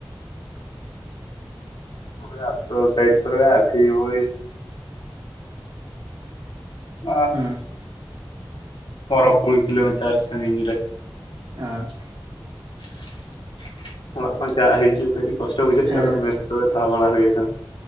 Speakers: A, on the left; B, on the right.
A: ᱱᱚᱜ-ᱚᱭ ᱟᱛᱳ ᱥᱟᱭᱤᱴ ᱠᱚᱨᱮ ᱟᱨᱠᱤ ᱳᱭ, <inaudible>
B: ᱦᱩᱸ
A: ᱯᱚᱸᱣᱨᱚ ᱠᱩᱲᱤ ᱠᱤᱞᱳᱢᱤᱴᱟᱨ ᱥᱟᱺᱜᱤᱧ ᱨᱮ᱾
B: ᱮᱸᱻ
A: <inaudible> ᱚᱲᱟᱜ ᱠᱷᱚᱱ ᱪᱟ ᱦᱤᱡᱩᱜ ᱠᱟᱹᱴᱤᱡ ᱠᱚᱥᱴᱚ ᱵᱩᱡᱷᱟᱹᱜ
B: ᱦᱮᱸ
A: ᱛᱮ ᱟᱫᱚ ᱢᱮ ᱨᱮ ᱛᱟᱦᱮᱸ ᱵᱟᱲᱟ ᱦᱩᱭ ᱠᱟᱱᱟ᱾